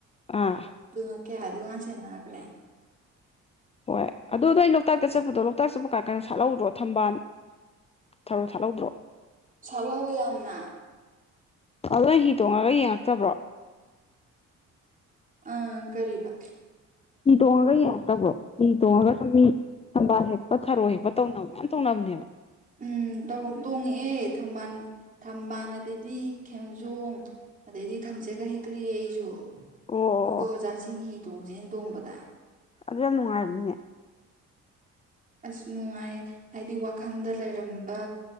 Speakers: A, on the left; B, on the right.
A: ꯑꯥ
B: ꯑꯗꯨꯃ ꯀꯦ ꯑꯗꯨ ꯋꯥ ꯆꯟꯅꯥꯛ꯭ꯔꯦ
A: ꯍꯣꯏ ꯑꯗꯨꯗ ꯑꯩꯩꯅ ꯂꯣꯛꯇꯥꯛꯇ ꯆꯠꯄꯗꯣ ꯂꯣꯛꯇꯥꯛ ꯆꯠꯄ ꯀꯥ ꯀꯩꯅꯣ ꯁꯥꯠꯍꯧꯗ꯭ꯔꯣ ꯊꯝꯕꯥꯜ ꯊꯧꯔꯣ ꯊꯠꯍꯗ꯭ꯔꯣ
B: ꯁꯥꯠꯍꯧꯋꯤ ꯌꯥꯝꯅ
A: ꯑꯗꯣ ꯍꯤ ꯇꯣꯡꯉꯒ ꯌꯦꯡꯉꯛꯇꯕ꯭ꯔꯣ
B: ꯑꯥ ꯀꯔꯤꯔꯤꯕ
A: ꯍꯤ ꯇꯣꯡꯉꯒ ꯌꯦꯡꯉꯛꯇꯕ꯭ꯔꯣ ꯍ ꯇꯣꯡꯉꯒ ꯁꯨꯝ ꯃꯤ ꯊꯝꯕꯥꯜ ꯍꯦꯛꯄ ꯊꯔꯣ ꯍꯦꯛꯄ ꯇꯧꯅꯕ ꯃꯌꯥꯝ ꯇꯧꯅꯕꯅꯦꯕ
B: ꯎꯝ ꯇꯣꯡꯉꯛꯑꯦ ꯊꯝꯕꯥꯜ ꯊꯝꯕꯥꯜ ꯑꯗꯨꯗꯗꯤ ꯈꯦꯝꯝꯖꯣꯡ ꯑꯗꯩꯗꯤ ꯊꯝꯁꯦꯒ ꯍꯦꯛꯂꯤꯑ ꯑꯩꯁꯨ
A: ꯑꯣ ꯑꯣ
B: ꯑꯩꯈꯣꯏ ꯑꯣꯖꯥꯁꯤꯡꯍꯤꯤ ꯇꯣꯡꯁꯦꯅ ꯇꯣꯡꯕꯗ
A: ꯑꯗꯨ ꯌꯥꯝ ꯅꯨꯡꯉꯥꯏꯕꯅꯤꯅꯦ
B: ꯑꯁ ꯅꯨꯡꯉꯥꯏ ꯍꯥꯏꯗꯤ ꯋꯥꯈꯜꯗ ꯂꯩꯔꯝꯕ